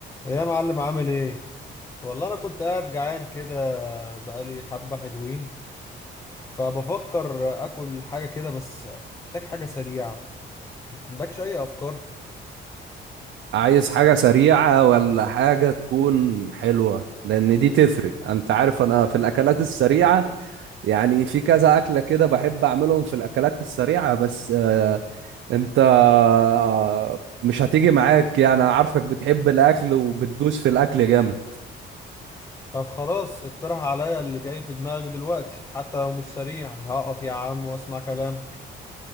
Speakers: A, on the left; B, on the right.
A: يا معلم عامل ايه؟ والله انا كنت قاعد جعان كده بقالي حبة حلوين فبفكر اكل حاجة كده بس محتاج حاجة سريعة ما عندكش اي افكار؟
B: عايز حاجة سريعة ولا حاجة تكون حلوة لأن دي تفرق أنت عارف أنا في الأكلات السريعة يعني في كذا أكلة كده بحب أعملهم في الأكلات السريعة بس آه، أنت آه، مش هتيجي معاك يعني أنا عارفك بتحب الأكل وبتدوس في الأكل جامد
A: طب خلاص اقترح عليا اللي جاي في دماغك دلوقتي حتى لو مش سريع هقف يا عم واسمع كلامك